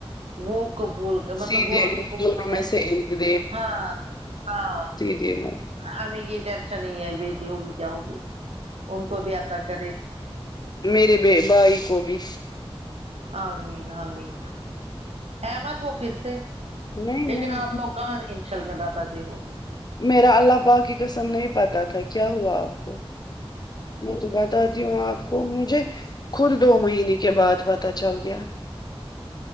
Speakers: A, on the right (about 90°); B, on the left (about 40°).
A: وہ قبول مطلب
B: سیدھے
A: وہ ہمیں
B: منہ
A: قبول
B: دونوں میں
A: ہے
B: سے ایک
A: ہاں ہاں
B: جم
A: ہمیں یہ ٹینشن نہیں آئی بیٹی ہوگی کیا ہوگی ان کو بھی عطا کرے
B: میرے ب بھائی کو بھی
A: عین آامین امت ہو پھر سے
B: نہیں
A: لیکن
B: نہیں
A: آپ لوگ کہاں ان شل میں بتاتے ہو
B: میرا اللہ پاک کی قسم نہیں پتتا تھا کیا ہوا آپ میں تو بتاتی ہوں آپ کو مجھے خود دو مہینے کے بعد پتا چل گیا